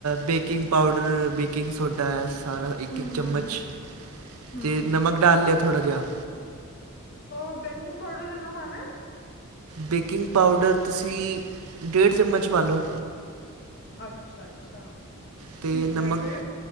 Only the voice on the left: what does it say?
ਹਮ
ਹਮ
ਹਮ
ਉਹ ਬੇਕਿੰਗ ਪਾਊਡਰ ਕਿੰਨਾ ਪਾਣਾ
ਅੱਛਾ ਅੱਛਾ।
ਠੀਕ
ਹੈ ਫੇਰ